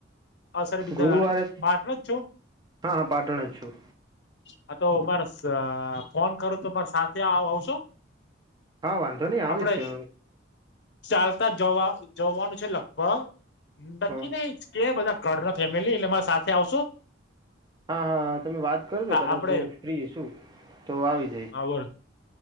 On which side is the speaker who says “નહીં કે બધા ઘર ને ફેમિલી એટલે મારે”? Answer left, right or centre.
Left